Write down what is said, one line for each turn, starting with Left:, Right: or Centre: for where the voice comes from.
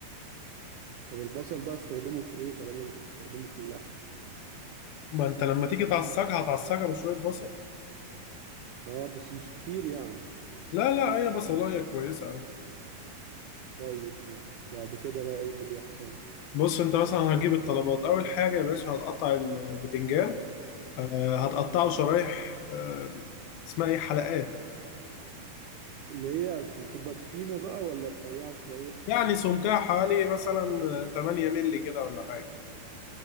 Right: طب البصل بقى استخدمه في ايه طالما مش هستخدمه في اللحم
Left: ما انت لما تيجي تعصجها هتعصجها بشويه بصل
Right: اه بس مش كتير يعني
Left: لا لا هي بصلايه كويسه قوي
Right: طيب ماشي بعد كده بقى ايه اللي بيحصل
Left: بص انت مثلا هتجيب الطلبات اول حاجه يا باشا هتقطع ال- البتنجان آه، هتقطعه شرايح آه، اسمها ايه حلقات
Right: اللي هي ت- تبقى تخينة بقى ولا رفيعة شوية
Left: يعني سمكها حوالي مثلا 8 مللي كده ولا حاجة